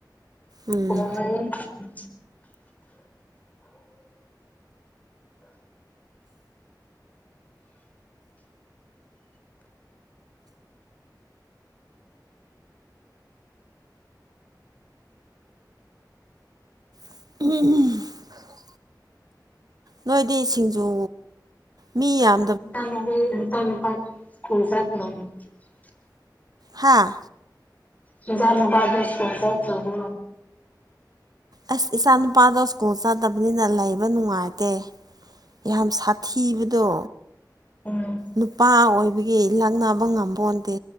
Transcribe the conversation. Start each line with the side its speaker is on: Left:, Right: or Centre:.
Right: ꯎꯝ
Left: ꯊꯣꯡꯉꯅꯤ ꯎ
Right: ꯎꯝꯝ ꯅꯣꯏꯗꯤ ꯁꯤꯡꯖꯨ ꯃꯤ ꯌꯥꯝ
Left: <unintelligible>
Right: ꯍꯥꯥ
Left: ꯅꯆꯥꯅꯨꯄꯗꯣ ꯁ꯭ꯀꯨꯜ ꯆꯠꯇ꯭ꯔꯕꯣ
Right: ꯑꯁ ꯏꯆꯥ ꯅꯨꯄꯥꯗꯣ ꯁ꯭ꯀꯨꯜ ꯆꯠꯇꯕꯅꯤꯅ ꯂꯩꯕ ꯅꯨꯡꯉꯥꯏꯇꯦ ꯌꯥꯝ ꯁꯥꯊꯤꯕꯗꯣ
Left: ꯎꯝ
Right: ꯅꯨꯄꯥ ꯑꯣꯏꯕꯒꯤ ꯂꯛꯅꯕ ꯉꯝꯄꯣꯟꯇꯦ